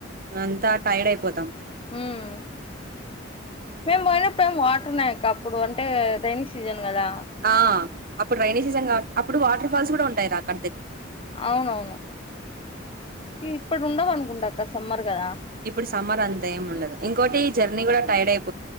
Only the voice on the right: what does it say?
అంతా టైర్డ్ అయిపోతాం.
ఆ అప్పుడు రడ్రైనే సీజన్ కా అప్పుడు వాటర్. కూడా ఉంటయి రాక
ఇప్పుడు సమ్మర్ అంతా ఏం ఉండదు ఇంకోటి ఈ జర్నీ కూడా టైర్డ్ అయిపో.